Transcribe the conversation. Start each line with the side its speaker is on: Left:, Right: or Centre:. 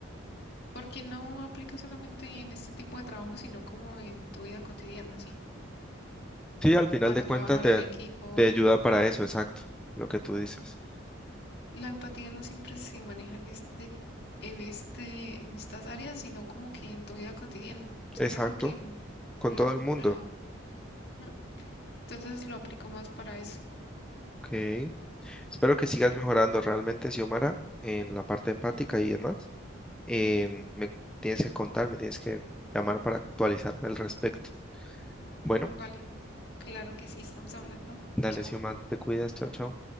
Left: porque no aplica solamente en este tipo de trabajo, sino como en tu vida cotidiana, ¿sí?
Centre: Sí, al final
Left: Para
Centre: de cuentas
Left: trabajar
Centre: te,
Left: en equipo
Centre: te ayuda para eso, exacto, lo que tú dices.
Left: la empatía no siempre se maneja en este, en este, en estas áreas, sino como que en tu vida cotidiana. Entonces
Centre: Exacto,
Left: yo creo que mm,
Centre: con
Left: lo,
Centre: todo el mundo.
Left: lo, ujú, entonces lo aplico más para eso.
Centre: Ok. Espero que sigas
Left: Vale,
Centre: mejorando realmente, Xiomara, en la parte empática y demás. Em, me tienes que contar, me tienes que llamar para actualizarme al respecto. Bueno,
Left: vale, claro que sí, estamos hablando.
Centre: dale,
Left: Chao.
Centre: Xiomara, te cuidas, chao, chao.